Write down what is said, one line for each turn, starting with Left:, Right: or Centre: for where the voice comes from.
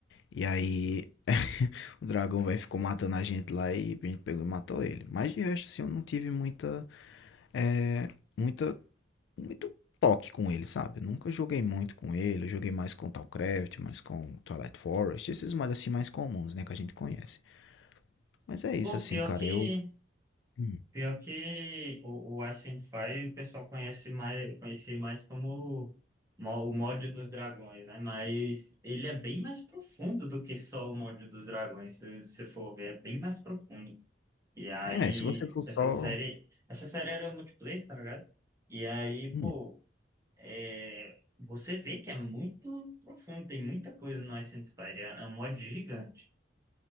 Left: E aí, <laughs> o dragão velho ficou matando a gente lá e a gente pegou e matou ele. Mas de resto, assim, eu não tive muita, é, muita muito toque com ele, sabe? Eu Nunca joguei muito com ele, eu joguei mais com Talcraft, mais com Twilight Forest, esses mods assim mais comuns, né, que a gente conhece. Mas é isso,
Right: Pô,
Left: assim,
Right: pior
Left: cara,
Right: que
Left: eu... Hum.
Right: Pior que o, o Ascent Fire o pessoal conhece mais, conhece mais como mo- o mod dos dragões, né? Mas ele é bem mais profundo do que só o mod dos dragões, se se for ver, é bem mais profundo. E aí,
Left: É, se você for
Right: essa
Left: só...
Right: série, essa série era multiplayer, tá ligado? E aí,
Left: Hum,
Right: pô, é, você vê que é muito profundo, tem muita coisa no Ascent Fire, é é um mod gigante,